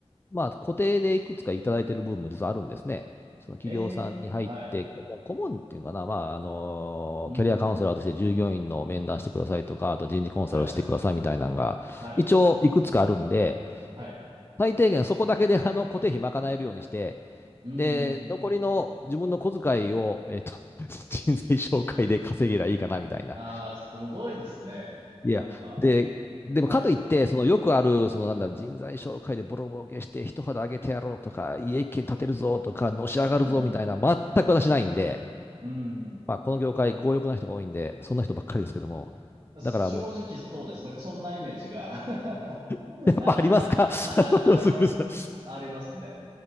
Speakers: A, on the left; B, on the right.
A: まあ、固定でいくつかいただいてる部分も実はあるんですね。その企業さんに入って、
B: ええ、はい。
A: 顧問、顧問っていうのかな、まあ、あの、
B: うん、
A: キャリアカウンセラーとして従業員の面談してくださいとか、あと人事コンサルをしてくださいみたいなのが、
B: はい、はい、
A: 一応いくつかあるんで、
B: はい。
A: 最低限そこだけであの固定費賄えるようにして、
B: うんうんうん。
A: で、残りの自分の小遣いを、えっと、<laughs> 人材紹介で稼げりゃいいかなみたいな。
B: ああ、すごいですね。
A: いや、
B: なんか、
A: で、でもかといって、
B: はい。
A: そのよくある、そのなんだ、人材紹介でボロボロ受けして、一肌上げてやろうとか、家一軒建てるぞとか、のし上がるぞみたいな、
B: うんうん。
A: 全く私ないんで、
B: うん。
A: まあ、この業界、強欲な人が多いんで、そんな人ばっかりですけども、
B: 正直そうです。
A: だからもう、
B: なんかそんなイメージが <laughs>
A: <laughs> やっぱありますか
B: あの、あ、あ、あ、
A: <laughs> あ
B: あ、あります。
A: のすぐるさん
B: ありますね。